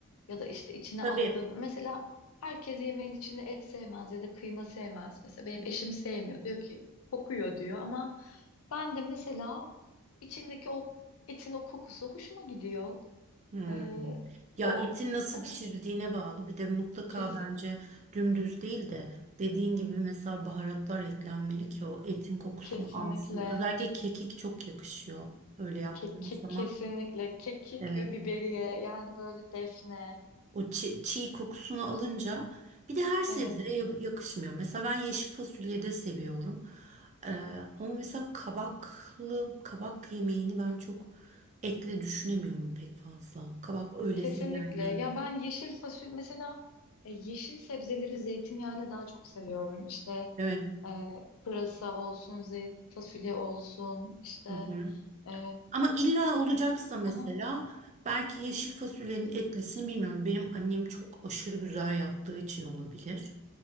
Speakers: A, on the left (about 65°); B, on the right (about 30°).
A: ya da işte içine
B: Tabii
A: attığım. Mesela herkes yemeğin içinde et sevmez ya da kıyma sevmez. Mesela benim eşim sevmiyor. Diyor ki kokuyor diyor ama ben de mesela içindeki o etin o kokusu hoşuma gidiyor.
B: Hmm.
A: Ee,
B: Ya
A: o
B: etin nasıl
A: <laughs>
B: pişirildiğine bağlı. Bir de mutlaka
A: Kesin,
B: bence dümdüz değil de dediğin gibi mesela baharatlar eklenmeli ki o etin kokusunu
A: kesinlikle
B: alsın. Özellikle kekik çok yakışıyor öyle yaptığın
A: kekik
B: zaman.
A: kesinlikle kekik
B: Evet.
A: ve biberiye yani böyle defne
B: O çi- çiğ, kokusunu alınca bir de her sebzeye
A: evet
B: yap- yakışmıyor. Mesela ben yeşil fasulyeyi de seviyorum. Ee, ama mesela kabaklı kabak yemeğini ben çok etle düşünemiyorum pek fazla. Kabak öyle
A: kesinlikle
B: yenmeli.
A: ya ben yeşil fasulye mesela e, yeşil sebzeleri zeytinyağıyla daha çok seviyorum işte
B: Evet.
A: e, pırasa olsun zeyt fasulye olsun işte
B: Hı hı.
A: e,
B: Ama illa olacaksa mesela
A: aha,
B: belki yeşil fasulyenin etlisini bilmiyorum. Benim annem çok aşırı güzel yaptığı için olabilir.